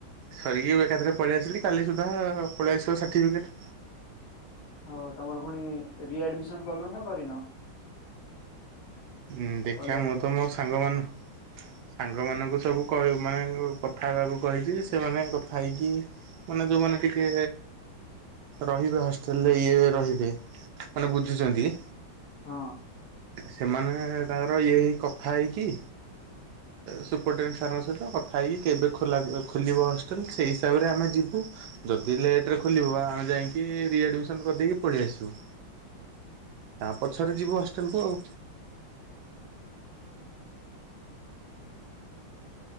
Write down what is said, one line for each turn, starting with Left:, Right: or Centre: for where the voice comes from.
Right: ସରିକି ଏକାଥରେ ପଳେଇ ଆସିଲି। କାଲି ସୁଦ୍ଧା ପଳେଇଆସିବ ସାର୍ଟିଫିକେଟ୍।
Left: ଓହ ତମର ପୁଣି ରିଆଡମିସନୂ କଲଣି ନା କରିନି?
Right: ହଁ ଦେଖିବା
Left: କଲେଜରେ?
Right: ମୁଁ ତ ମୋ ସାଙ୍ଗ ମାନ୍ ସାଙ୍ଗ ମାନଙ୍କୁ ସବୁ କହି ମାନେ କଥା ହେବାକୁ କହିଛି ସେମାନେ ଥାଇକି ମାନେ ଯେଉଁମାନେ ଟିକେ ରହିବା ହଷ୍ଟେଲରେ ଇଏ ରହିବେ ମାନେ ବୁଝୁଛନ୍ତି।
Left: ହଁ
Right: ସେମାନେ ତାଙ୍କର ଇଏ ହେଇ କଥା ହେଇକି। ସୁପରଟେଣ୍ଡେଣ୍ଟ ସାରଙ୍କ ସହିତ କଥା ହେଇକି କେବେ ଖୋଲିବ ହଷ୍ଟେଲ୍ ସେହି ହିସାବରେ ଆମେ ଯିବୁ। ଯଦି ଲେଟ୍ରେ ଖୋଲିବ ଆମେ ଯାଇକି ରିଆଡମିସନ୍ କରିଦେଇକି ପଳେଇ ଆସିବୁ। ତା ପଛରେ ଯିବୁ ହଷ୍ଟେଲ କୁ ଆଉ।